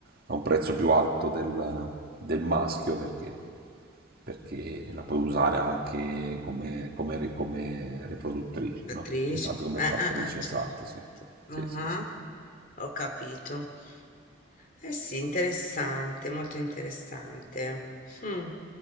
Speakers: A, on the right; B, on the left.
A: a un prezzo più alto del, del maschio perché, perché la puoi usare anche come, come- come riproduttrice,
B: Attrice?
A: no? Esatto, come
B: Eh,
A: fattrice,
B: eh, eh, certo.
A: esatto, sì. Sì,
B: Ah,
A: sì, sì.
B: Ho capito. Eh sì, interessante, molto interessante. Hmm.